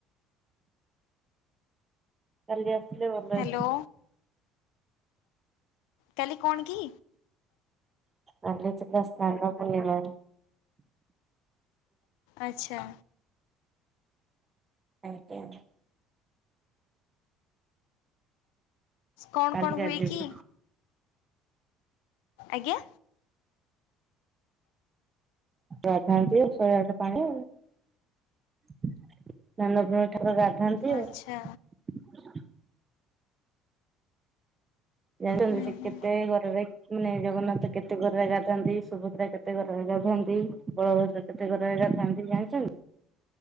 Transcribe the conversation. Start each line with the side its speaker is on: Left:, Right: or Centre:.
Right: କାଲି ଆସିଲେ ଭଲ
Left: ହ୍ୟାଲୋ
Right: ହେଇଥାନ୍ତା।
Left: କାଲି କଣ କି?
Right: କାଲି ଥିଲା ସ୍ନାନ୍ନ ପୁର୍ଣିମା।
Left: ଆଚ୍ଛା।
Right: ଆଜ୍ଞା।
Left: କଣ
Right: କାଲି
Left: କଣ
Right: ଗାଧେଇକି
Left: ହୁଏ କି? ଆଜ୍ଞା।
Right: ତୁଆ ଖାଆନ୍ତି ଶହେଆଠେ ପାଣି ସ୍ନାନପୃ ଠାକୁର ଗାଧାନ୍ତି
Left: ଆଚ୍ଛା
Right: ଆଉ। ଜାଣିଛନ୍ତି
Left: ହୁଁ
Right: ସେ
Left: ହୁଁ
Right: କେତେ ଗରାରେ ମାନେ ଜଗନ୍ନାଥ କେତେ ଗରାରେ ଗାଧାନ୍ତି ସୁଭଦ୍ରା କେତେ ଗରାରେ ଗାଧାନ୍ତି ବଳଭଦ୍ର କେତେ ଗରାରେ ଗଧାନ୍ତି ଜାଣିଛନ